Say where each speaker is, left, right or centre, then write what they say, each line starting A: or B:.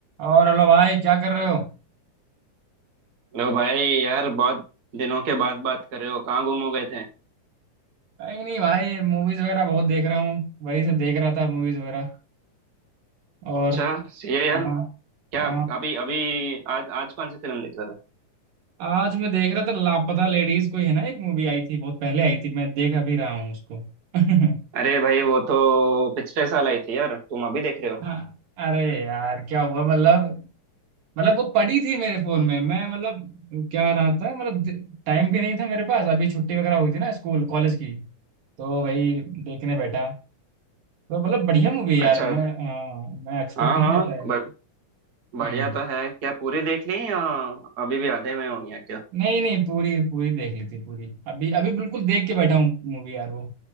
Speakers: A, on the right; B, on the right.
A: और हेलो भाई क्या कर रहे हो
B: लो भाई यार बहुत दिनों के बाद बात कर रहे हो कहाँ गुम हो गए थे
A: कहीं नहीं भाई मूवीज वगैरह बहुत देख रहा हूँ वही से देख रहा था मूवीज वगैरह और
B: अच्छा सही है यार
A: हाँ
B: क्या
A: हाँ
B: अभी अभी आज आज कौन सी फिल्म देख रहे थे
A: आज मैं देख रहा था लापता लेडीज कोई है ना एक मूवी आई थी बहुत पहले आई थी मैं देख अभी रहा हूँ उसको
B: अरे
A: <laughs>
B: भाई वो तो पिछले साल आई थी यार तुम अभी देख रहे हो
A: हाँ अरे यार क्या हुआ मतलब मतलब वो पड़ी थी मेरे फोन में मैं मतलब क्या रहा था मतलब टाइम भी नहीं था मेरे पास अभी छुट्टी वगैरह हुई थी ना स्कूल कॉलेज की तो वही देखने बैठा तो मतलब बढ़िया मूवी यार
B: अच्छा
A: मैं हाँ मैं एक्सपेक्ट
B: हाँ
A: नहीं
B: हाँ
A: करता है
B: ब- बढ़िया
A: हम्म
B: तो है क्या पूरी देख ली या अभी भी आधे में होगी या क्या
A: नहीं नहीं पूरी पूरी देख ली थी पूरी अभी अभी बिल्कुल देख के बैठा हूँ मूवी यार वो